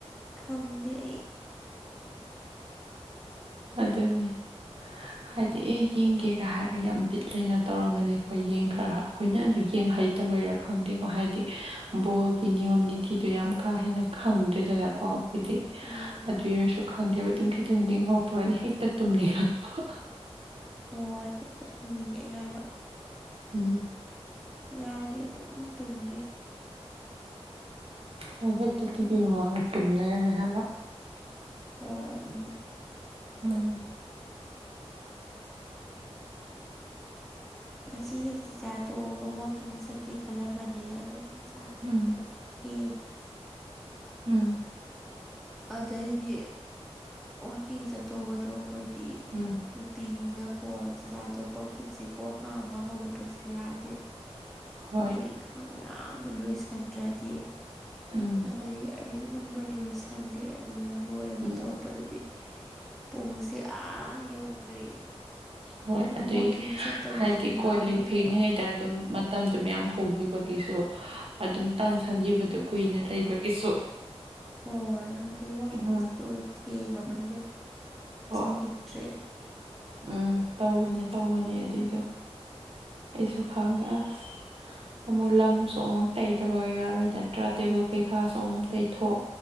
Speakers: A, in the centre; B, on the right (about 60°).
A: ꯈꯪꯗꯦ ꯑꯩ
B: ꯑꯗꯨꯅꯤ
A: <inaudible>
B: ꯍꯥꯏꯗꯤ ꯑꯦ ꯌꯦꯡꯒꯦꯒꯥ ꯍꯥꯏꯔꯒ ꯌꯥꯝ ꯕꯤꯠ ꯂꯩꯅ ꯇꯧꯔꯝꯃꯅꯦ ꯑꯈꯣꯏ ꯌꯦꯡ ꯈꯔ ꯑꯩꯈꯣꯏꯅ ꯑꯗꯨ ꯌꯦꯡ ꯍꯩ ꯐꯠꯇꯕꯩꯔꯥ ꯈꯪꯗꯦꯀꯣ ꯍꯥꯏꯗꯤ ꯕꯣꯜꯒꯤ ꯅꯤꯌꯣꯝ ꯅꯤꯇꯤꯗꯣ ꯌꯥꯝ ꯀꯥ ꯍꯦꯟꯅ ꯈꯪꯗꯦꯗꯅ ꯀꯣ ꯑꯈꯣꯏꯗꯤ
A: ꯎꯝ
B: ꯑꯗꯨꯏꯔꯁꯨ ꯈꯪꯗꯦꯕ ꯑꯗꯨꯝ ꯈꯤꯇꯪ ꯂꯦꯡꯍꯧꯄꯒꯅꯦ ꯍꯦꯛꯇ ꯇꯨꯝꯅꯤꯡꯉꯛꯄ
A: ꯍꯣꯏ <unintelligible> ꯇꯨꯝꯅꯤꯡꯉꯛꯑꯦꯕ
B: ꯎꯝ
A: ꯌꯥꯗꯦ ꯑꯗꯨꯝ ꯇꯨꯝꯒꯤ
B: ꯍꯦ-ꯍꯦꯛꯛꯇ ꯇꯤꯕꯤ ꯃꯃꯥꯡꯗ ꯇꯨꯝ ꯂꯩꯔꯝꯃꯦ ꯍꯥꯏꯕ
A: ꯍꯣꯏ ꯑꯗꯨꯅꯤ
B: ꯎꯝ <unintelligible>
A: ꯉꯁꯤꯁꯦ ꯆꯤ ꯆꯥꯊꯣꯛꯑꯒ ꯋꯥꯛꯀꯤꯡ ꯆꯠꯀꯦ ꯈꯜꯂꯝꯕꯅꯦ ꯑꯗꯣ ꯑꯩꯈꯣꯏ ꯆꯥꯛꯁꯦ
B: ꯎꯝ
A: ꯈꯔ ꯊꯦꯡ
B: ꯎꯝ
A: ꯑꯗꯩꯗꯤ ꯋꯥꯥꯛꯀꯤꯡ ꯆꯠꯇꯧꯕꯗꯣ ꯑꯩꯈꯣꯏꯗꯤ
B: ꯎꯝ
A: ꯅꯨꯄꯤꯅꯤꯅꯀꯣ ꯆꯥꯛꯆꯥꯥ ꯊꯣꯛꯄ ꯈꯨꯠꯁꯤꯀꯣ ꯍꯥꯝꯕ ꯍꯧꯒꯠꯄꯁꯨ ꯌꯥꯗ
B: ꯍꯣꯏ
A: ꯊꯕꯛ ꯏꯪꯈꯥꯡ ꯃꯌꯥꯝꯅ ꯂꯣꯏꯁꯤꯟꯗ꯭ꯔꯗꯤ
B: ꯎꯝ
A: ꯑꯗꯒꯤ ꯑꯩꯅ ꯑꯗꯨꯝ ꯂꯣꯏ-ꯂꯣꯏꯁꯜꯂꯤ ꯑꯗꯨꯒ ꯂꯣꯏꯔꯒ
B: ꯎꯝ
A: ꯇꯧꯔꯛꯄ ꯄꯗꯗꯤ ꯄꯨꯡꯁꯦ ꯑꯥ ꯌꯧꯈ꯭ꯔꯦ
B: ꯍꯣꯏ
A: ꯑꯗꯣ
B: ꯑꯗꯩꯩ
A: ꯋꯥꯛꯀꯤꯡ ꯆꯠꯄꯗꯨꯁꯨ
B: ꯍꯥꯏꯗꯤ
A: ꯌꯥꯔꯣꯏꯗꯕ
B: ꯀꯣꯟ ꯂꯤꯛ ꯐꯦꯡꯉꯤꯉꯩꯗ ꯑꯗꯨꯝ ꯃꯇꯝꯗꯨ ꯃꯌꯥꯝ ꯍꯧꯈꯤꯕꯒꯤꯁꯨ ꯑꯗꯨꯝ ꯇꯟꯁꯟꯈꯤꯕꯗꯨ ꯀꯨꯏꯅ ꯂꯩꯕꯒꯤꯁꯨ
A: ꯍꯣꯏ ꯑꯗꯨꯗꯩ ꯋꯥꯛꯀꯤꯡ
B: ꯎꯝ
A: ꯆꯠꯇꯣꯏꯗꯣ ꯊꯦꯡꯉꯕꯅꯤꯅ
B: ꯍꯣꯏ
A: ꯆꯠꯅꯤꯡꯗ꯭ꯔꯦ
B: ꯎꯝ ꯇꯧꯕꯅꯦ-ꯇꯧꯕꯅꯦ ꯑꯗꯨꯏꯗꯣ ꯑꯩꯁꯨ ꯈꯪꯉꯦ ꯑꯁ ꯑꯃꯨꯛ ꯂꯝꯁꯨ ꯑꯃꯨꯛ ꯇꯩꯗꯕ ꯌꯥꯔꯣꯏ ꯅꯠꯇ꯭ꯔꯥ ꯇꯦꯕꯜ ꯀꯩꯀꯥꯁꯨ ꯑꯃꯨꯛ ꯇꯩꯊꯣꯛ